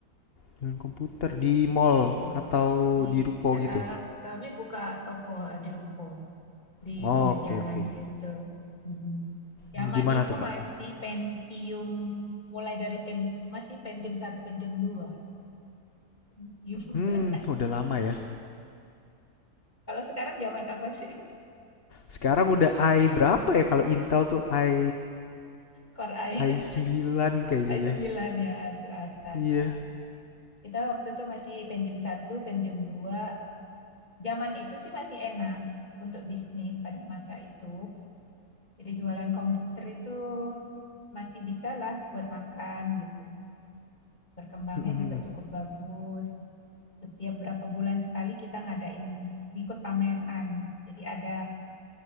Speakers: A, on the left (about 45°); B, on the left (about 30°).
A: jualan komputer di mall
B: Mm.
A: atau
B: Di
A: di ruko
B: saat
A: gitu?
B: kami buka toko eh, di ruko di
A: Oke,
B: pinggir jalan
A: oke.
B: gitu. Mm. Zaman
A: Gimana
B: itu
A: tuh kak?
B: masih Pentium mulai dari pen, masih Pentium satu Pentium 2. <laughs>
A: Hmm, udah lama ya.
B: Kalau sekarang zaman apa sih?
A: Sekarang udah i berapa ya kalau Intel tuh i
B: Core i
A: i sembilan
B: <laughs>
A: kayaknya
B: i sembilan
A: deh.
B: ya. Aduh, astaga.
A: Iya.
B: Kita waktu itu masih Pentium satu Pentium 2. Zaman itu sih masih enak untuk bisnis pada masa itu Jadi jualan komputer itu masih bisa lah buat makan gitu. Berkembangnya
A: <laughs>
B: juga cukup bagus. Setiap berapa bulan sekali kita ngadain ngikut pameran. Jadi ada